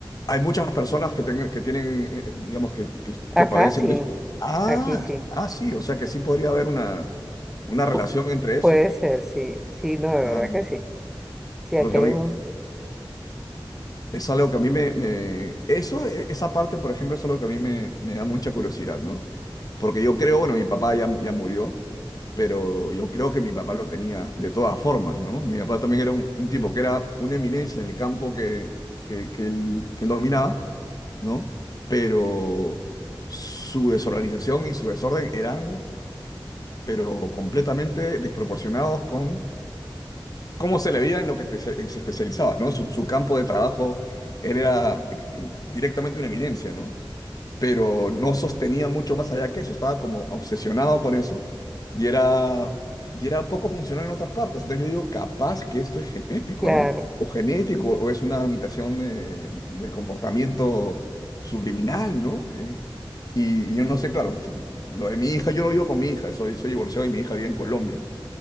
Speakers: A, on the left; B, in the centre.
A: hay muchas personas que, tengan- que tienen, eh, digamos, que, que,
B: Acá
A: que padecen
B: sí,
A: de esto. Ah,
B: aquí sí.
A: ah, sí. O sea que sí podría haber una, una relación
B: Pu-
A: entre
B: puede
A: eso.
B: ser, sí, sí, no, de verdad
A: Ah, mira.
B: que sí. Sí,
A: porque
B: aquí hay
A: a mí,
B: un,
A: Es algo que a mí me, me- Eso, e- esa parte, por ejemplo, es algo que a mí me, me da mucha curiosidad, ¿no? Porque yo creo, bueno, mi papá ya, ya murió, pero yo creo que mi papá lo tenía de todas formas, ¿no? Mi papá también era un, un tipo que era una eminencia en el campo que, que, que él, que él dominaba, ¿no? Pero su desorganización y su desorden eran, pero completamente desproporcionados con cómo se le veía en lo que especia- se especializaba, ¿no? Su, su campo de trabajo, él era directamente una eminencia, ¿no? Pero no sostenía mucho más allá que eso, estaba como obsesionado con eso y era, y era poco funcional en otras partes. Entonces yo digo, capaz que esto es genético,
B: claro,
A: ¿no? O genético, o es una imitación de- del comportamiento subliminal, ¿no? Eh, Y, y yo no sé, claro, si- lo de mi hija, yo no vivo con mi hija, soy, soy divorciado y mi hija vive en Colombia.